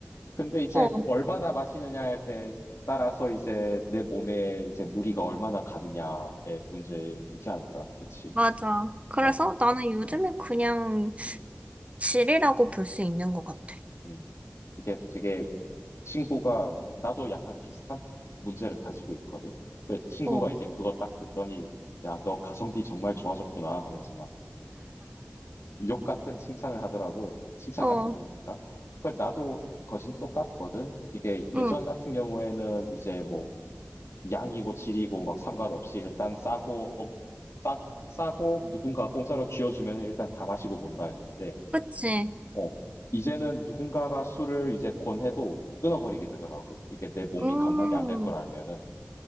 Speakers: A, on the left; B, on the right.
A: 근데 이제
B: 어,
A: 얼마나 마시느냐에 대 따라서 이제 내 몸에 이제 무리가 얼마나 가느냐의 문제이지 않을까. 그치.
B: 맞아. 그래서
A: 어.
B: 나는 요즘에
A: 음.
B: 그냥
A: 음.
B: 질이라고 볼 수 있는 것 같아.
A: 음. 이게 되게 친구가 나도 약간 비슷한 문제를 가지고 있거든. 그 친구가
B: 응.
A: 이제 그거 딱 듣더니 야, 너 가성비 정말 좋아졌구나 하면서 막 욕 같은 칭찬을 하더라고. 칭찬
B: 어, 어,
A: 같은 욕인가? 그 나도 거진 똑같거든. 이게 예전
B: 응,
A: 같은 경우에는 이제 뭐 양이고 질이고 막 상관없이 일단 싸고 어, 싸, 싸고 누군가 공짜로 쥐어주면 일단 다 마시고 본다였는데
B: 그치.
A: 어 이제는 누군가가 술을 이제 권해도 끊어버리게 되더라고 이게 내 몸이
B: 음,
A: 감당이 안 될 걸 알면은